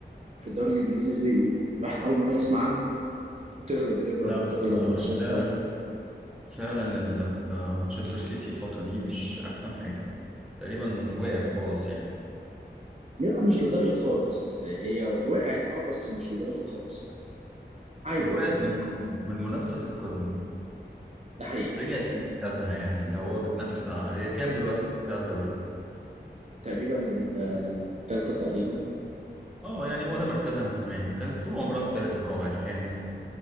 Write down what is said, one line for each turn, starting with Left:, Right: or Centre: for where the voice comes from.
Right: في الدوري الانجليزي زي الواحد اول مره يسمع عنها وبتغلب ليفر
Centre: لا
Right: وبتغلب
Centre: بس آه،
Right: مانشستر
Centre: فعلا فعلا ال- آه، مانشستر سيتي الفترة دي مش أحسن حاجة تقريبا وقعت خالص يعني
Right: يبقى مش لدرجه خالص هي وقعت اه بس مش لدرجه خالص عادي
Centre: هي وقعت
Right: يعني
Centre: من القمة من المنافسة في القمة
Right: ده حقيقي
Centre: رجعت لمركزها يعني اللي هو بتنافس هي كام دلوقتي على الدوري؟
Right: تقريبا ال- التالتة تقريبا
Centre: اه يعني هو ده مركزها من زمان كانت طول عمرها التالت الرابع الخامس